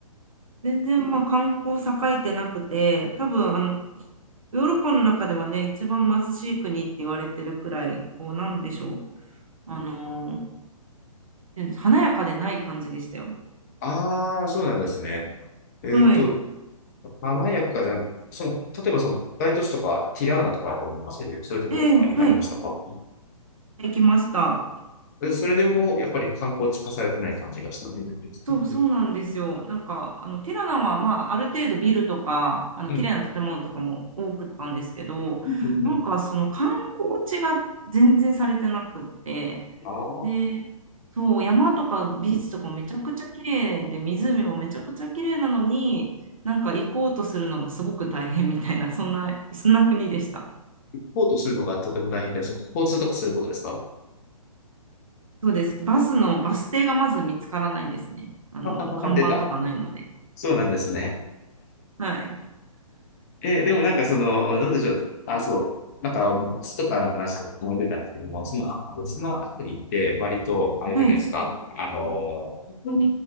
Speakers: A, on the right; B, on the left.
A: 全然まあ観光栄えてなくて、多分あのヨーロッパの中ではね、一番貧しい国って言われてるくらい、こうなんでしょう、あのーなんで華やかでない感じでしたよ。
B: ああそうなんですね。えっと、
A: はい。
B: 華やかじゃん、その、例えばその大都市とか、ティラーナとかだと思うんですけど、そういうところとか行かれましたか
A: ええはい。行きました。
B: でそれでも、やっぱり観光地化されてない感じがしたというだけですね。
A: そうそうなんですよ。なんかあのティラナは、まあ、ある程度ビルとかあの綺麗な建物とかも多くったんですけどなんかその観光地が全然されてなくって
B: うん。うんうんああ、
A: でそう山とかビーチとかもめちゃくちゃ綺麗で湖もめちゃくちゃ綺麗なのになんか行こうとするのがすごく大変みたいなそんなそんな国でした。
B: ポートするのがとても大変です。交通とかそういうことですか
A: そうです。バスのバス停がまず見つからないですね。あの看板とかないので。
B: あ、出た。そうなんですね。
A: <laughs> はい。
B: えーでもなんかその、どうでしょう。あ、そう。なんか、バスとかの話で思い出たんですけども、その、そのあたりって割と、あれじゃないですか。
A: はい。
B: あのー